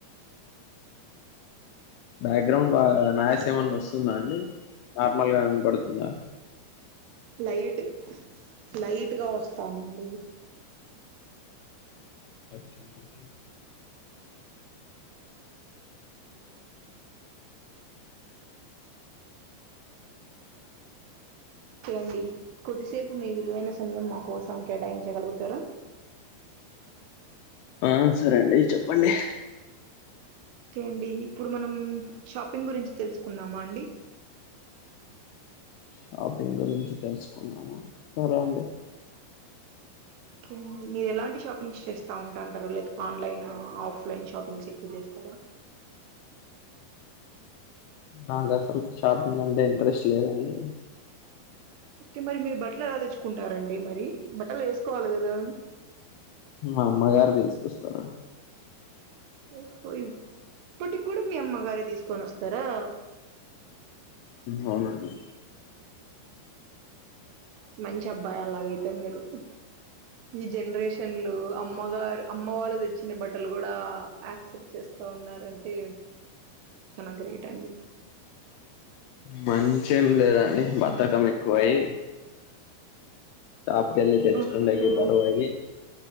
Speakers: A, on the left; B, on the right.
A: బ్యాక్గ్రౌండ్ బాగా
B: ఓకే
A: నాయిస్ ఎమైనా వస్తుందా అండి నార్మల్గా వినపడుతుందా
B: లైట్ లైట్గా వస్తాంది అండి
A: ఓకే ఓకే
B: చేడి కొద్దిసేపు మీ విలువైన సమయం మా కోసం కేటాయించగలుగుతారా
A: ఆ సరే అండి చెప్పండి
B: ఓకే అండి ఇప్పుడు మనం షాపింగ్ గురించి తెలుసుకుందమ అండి
A: షాపింగ్ గురించి తెలుసుకున్నామ సరే అండి
B: కే అండి మీరు ఎలాంటి షాపింగ్స్ చేస్తా ఉంటాంటారు లైక్ ఆన్లైన్ ఆఫ్లైన్ ఆలైన్ షాపింగ్స్ ఎక్కువ చేస్తారా
A: నాకు అసలుకి షాపింగ్ అంటే ఇంట్రెస్ట్ లేదండి
B: ఓకే మరి మీరు బట్టలు ఎలా తెచ్చుకుంటారండి మరి బట్టలు వేసుకోవాలి కదా
A: అమ్మగారు తీసుకుస్తారు
B: ఓహో ఇప్పటికి కూడా మీ అమ్మగారే తీసుకొని వస్తారా
A: అవునండి
B: మంచి అబ్బాయి అలాగైతే మీరు ఈ జనరేషన్లు అమ్మగారు అమ్మ వాళ్ళు తెచ్చిన బట్ట అక్కలు కూడా యాక్సెప్ట్ చేస్తా ఉన్నారంటే చానా గ్రేట్ అండి
A: మంచెం లేదండి బధకం ఎక్కువయి షాప్కిళ్లి తెచ్చకంగి
B: ఓహో
A: బరువై